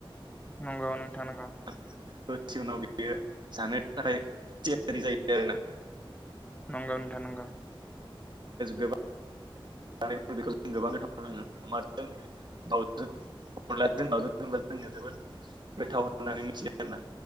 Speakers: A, on the left; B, on the right.
A: नंगौ नोंथां नंगौ
B: <unintelligible> दसे उनाव बियो जानो थाखाय थियारि जायो आरो ना।
A: नंगौ नोंथां नंगौ।
B: गोबां <unintelligible> दाउजों अनलाजों दाउजों होनबा जोंनिया जोबोद गोथाव होननानै मिथियो आरोना।